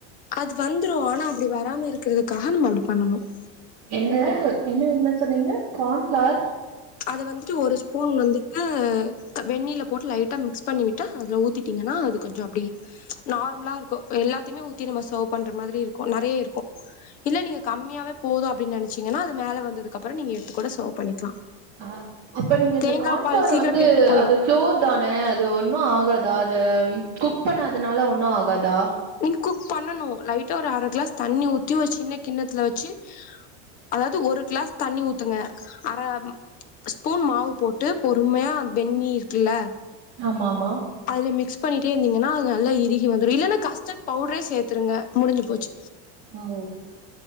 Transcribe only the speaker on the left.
அது வந்துரும் ஆனா அப்டி வராம இருக்கிறதுக்காக நம்ம அப்டி பண்ணனும்
அத வந்துட்டு ஒரு ஸ்பூன் வந்துட்டு வெந்யில போட்டு லைட்டா மிக்ஸ் பண்ணிவிட்டு அதல ஊத்திட்டு ங்கன்னா அது கொஞ்சோ அப்டி நார்மலா இருக்கும் எல்லாத்தையுமே ஊத்தி நம்ம சர்வ் பண்ற மாதிரி இருக்கும் நிறைய இருக்கும் இல்ல நீங்க கம்மியாவே போதும் அப்டின்னு நெனைச்சீங்கன்னா அது மேல வந்ததுக்கப்றோ நீங்க எடுத்து கூட செவ் பண்ணிக்கலா
தேங்கா
பால் சீக்கிரோ
கெட்டு போயிரு
நீங்க குக் பண்ணனும் லைட்டா ஒரு அர கிளாஸ் தண்ணி ஊத்தி ஒரு சின்ன கிண்ணத்துல வச்சு அதாவது ஒரு கிளாஸ் தண்ணி ஊத்துங்க அர ஸ்பூன் மாவு போட்டு பொறுமையா வெந்நி இருக்குல்ல
அதுல மிக்ஸ் பண்ணிட்டே இருந்தீங்கன்னா அது நல்ல இருகி வந்துரும் இல்லன்னா கஸ்ட் பவுடரே சேத்துருங்க முடிஞ்சு போச்சு